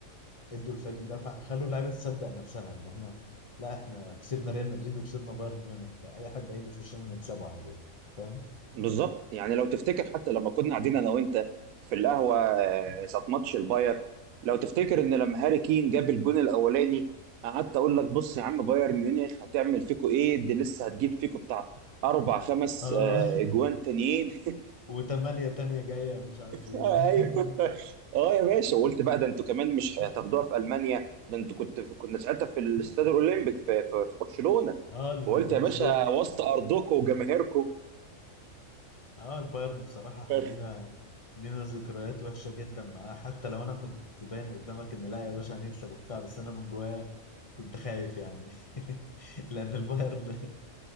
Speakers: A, on the left; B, on the right.
A: ادوا الفريق دفعه خلوا اللعيبه تصدق نفسها ان احنا لا احنا كسبنا ريال مدريد وكسبنا بايرن ميونخ فاي حد هيجي في وشنا نكسبه عادي يعني فاهم؟
B: بالظبط يعني لو تفتكر حتى لما كنا قاعدين انا وانت في القهوه آه، ساعه ماتش الباير لو تفتكر ان لما هاري كين جاب الجون الاولاني قعدت اقول لك بص يا عم بايرن ميونخ هتعمل فيكو ايه دي لسه هتجيب فيكو بتاع اربع خمس
A: اه
B: آه، اجوان تانيين <laughs>
A: <laughs> وثمانية تانية جاية ومش عارف ايه
B: ايوه
A: <laughs>
B: اه يا باشا وقلت بقى ده انتوا كمان مش هتاخدوها في المانيا ده انتوا كنت في كنا ساعتها في الاستاد الاولمبيك في في في برشلونه
A: اه المونتجويك
B: وقلت يا باشا وسط ارضكم وجماهيركم
A: اه البايرن بصراحة احنا
B: <laughs>
A: لينا لينا ذكريات وحشة جدا معاه حتى لو انا كنت باين قدامك ان لا يا باشا هنكسب وبتاع بس انا من جوايا كنت خايف يعني <laughs> لان البايرن